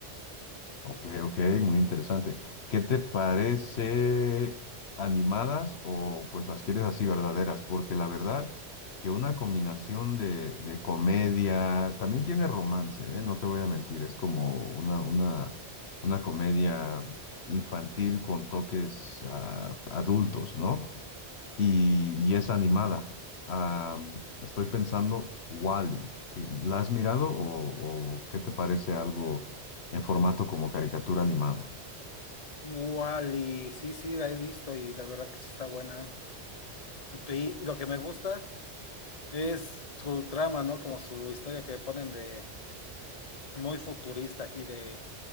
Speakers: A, on the left; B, on the left.
A: Ok, ok, muy interesante. ¿Qué te parece animadas o pues las quieres así verdaderas? Porque la verdad que una combinación de, de comedia, también tiene romance, ¿eh? No te voy a mentir, es como una, una, una comedia infantil con toques ah, adultos, ¿no? y, y es animada. Ah, estoy pensando wall Wally. ¿La has mirado o, o qué te parece algo en formato como caricatura animada?
B: Wally, sí, sí, la he visto y la verdad que sí está buena. Y lo que me gusta es su trama, ¿no? Como su historia que ponen de muy futurista aquí, de,